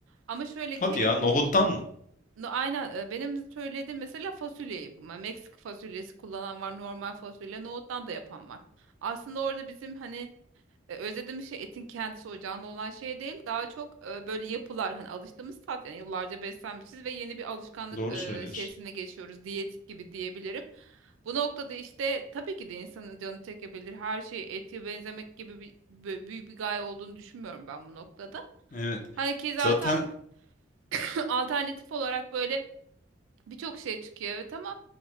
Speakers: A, on the right (about 80°); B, on the left (about 40°).
A: Ama şöyle ki
B: Hadi ya, nohuttan mı?
A: no- aynen e, benim söylediğim mesela fasulye yapımı. Meksika fasulyesi kullanan var, normal fasulye, nohuttan da yapan var. Aslında orada bizim hani E, özlediğimiz şey etin kendisi o canlı olan şey değil. Daha çok e, böyle yapılar hani alıştığımız tat yani yıllarca beslenmişiz ve yeni bir alışkanlık
B: Doğru
A: e,
B: söylüyorsun.
A: şeysine geçiyoruz. Diyetik gibi diyebilirim. Bu noktada işte tabii ki de insanın canı çekebilir. Her şey ete benzemek gibi bir, bö- büyük bir gaye olduğunu düşünmüyorum ben bu noktada.
B: Evet.
A: Hani ki zaten
B: Zaten
A: <clears throat> <laughs> alternatif olarak böyle Birçok şey çıkıyor evet ama